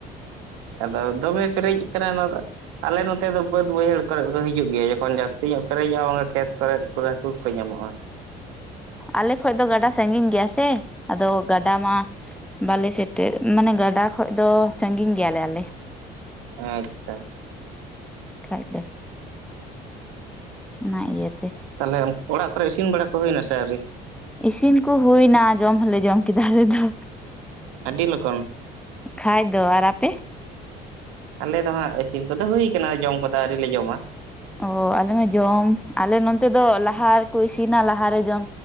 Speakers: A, on the right; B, in the centre.
A: ᱟᱫᱚ ᱫᱚᱢᱮ ᱯᱮᱨᱮᱡ ᱟᱠᱟᱱᱟ ᱱᱚᱣᱟ ᱫᱚ ᱟᱞᱮ ᱱᱚᱛᱮ ᱫᱚ ᱵᱟᱹᱫᱽ ᱵᱟᱹᱭᱦᱟᱹᱲ ᱠᱚᱨᱮ ᱠᱚ ᱦᱤᱡᱩᱜ ᱜᱮᱭᱟ ᱡᱚᱠᱷᱚᱱ ᱡᱟᱹᱥᱛᱤ ᱧᱚᱜ ᱯᱮᱨᱮᱡᱚᱜ-ᱟ ᱠᱷᱮᱛ ᱠᱚᱨᱮ ᱯᱩᱨᱟᱹ ᱦᱟᱹᱠᱩ ᱠᱚ ᱧᱟᱢᱚᱜ-ᱟ᱾
B: ᱟᱞᱮ ᱠᱷᱚᱱ ᱫᱚ ᱜᱟᱰᱟ ᱥᱟᱺᱜᱤᱧ ᱜᱮᱭᱟ ᱥᱮ ᱟᱫᱚ ᱜᱟᱰᱟ ᱢᱟ ᱵᱟᱞᱮ ᱥᱮᱴᱮᱨ ᱢᱟᱱᱮ ᱜᱟᱰᱟ ᱠᱷᱚᱡ ᱫᱚ ᱥᱟᱸᱜᱤᱧ ᱜᱮᱭᱟᱞᱮ ᱟᱞᱮ
A: ᱟᱪᱪᱷᱟ
B: ᱠᱷᱟᱡ ᱫᱚ ᱚᱱᱟ ᱤᱭᱟᱹᱛᱮ
A: ᱛᱟᱦᱞᱮ ᱚᱲᱟᱜ ᱠᱚᱨᱮ ᱤᱥᱤᱱ ᱵᱟᱲᱟ ᱠᱚ ᱦᱩᱭᱱᱟ ᱥᱮ ᱟᱹᱣᱨᱤ
B: ᱤᱥᱤᱱ ᱠᱩ ᱦᱩᱭᱱᱟ ᱡᱚᱢ ᱦᱚᱞᱮ ᱡᱚᱢ ᱠᱮᱫᱟ ᱟᱞᱮ ᱫᱚ
A: ᱟᱰᱤ ᱞᱚᱜᱚᱱ
B: ᱠᱷᱟᱡ ᱫᱚ ᱟᱨ ᱟᱯᱮ
A: ᱟᱞᱮ ᱫᱚ ᱦᱟᱸᱜ ᱤᱥᱤᱱ ᱠᱚᱫᱚ ᱦᱩᱭᱩ ᱠᱟᱱᱟ ᱡᱚᱢ ᱠᱚᱫᱚ ᱟᱹᱶᱨᱤᱞᱮ ᱡᱚᱢᱟ
B: ᱚ ᱟᱞᱮᱢᱟ ᱡᱚᱢ ᱟᱞᱮ ᱱᱚᱱᱛᱮ ᱫᱚ ᱞᱟᱦᱟ ᱨᱮᱠᱚ ᱤᱥᱤᱱᱟ ᱞᱟᱦᱟ ᱨᱮ ᱡᱚᱢ